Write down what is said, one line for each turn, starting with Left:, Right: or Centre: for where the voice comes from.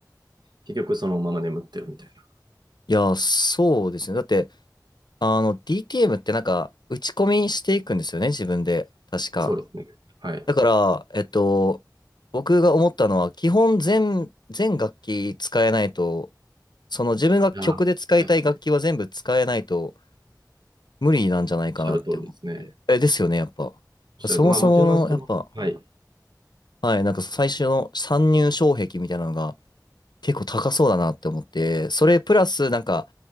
Right: 結局そのまま眠ってるみたいな。
Left: いや、そうですね。だって、あの、DTM ってなんか、打ち込みしていくんですよね、自分で。確か。
Right: そうですね。はい。
Left: だから、えっと、僕が思ったのは、基本全、全楽器使えないと、その自分が曲で使いたい楽器は全部使えないと、
Right: ああ、はい、はい。おっ
Left: 無理なんじゃないかなって思って。
Right: しゃる通りですね。
Left: え、ですよね、やっぱ。
Right: おっしゃる、
Left: そもそもの、
Right: まあもちろんその、
Left: やっぱ、
Right: はい、
Left: はい、なんか最初の参入障壁みたいなのが結構高そうだなって思って、それプラスなんか、